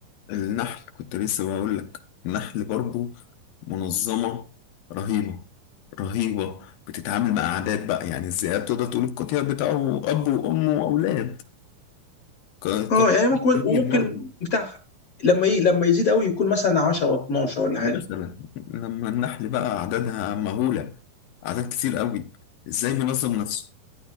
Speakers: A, on the left (about 90°); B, on the left (about 55°).
A: النحل كنت لسه بقول لك النحل برضو منظمة رهيبة رهيبة بتتعامل مع أعداد بقى يعني الذئاب تقدر تقول القطيع بتاعه أب وأم وأولاد ق-
B: اه
A: قطيع
B: يعني ممكن
A: كبير
B: وممكن
A: برضو
B: بتاع لما ايه لما يزيد قوي يكون مثلا 10 و12 ولا
A: مثلا
B: حاجه
A: لما النحل بقى أعدادها مهولة أعداد كتير قوي إزاي بينظم نفسه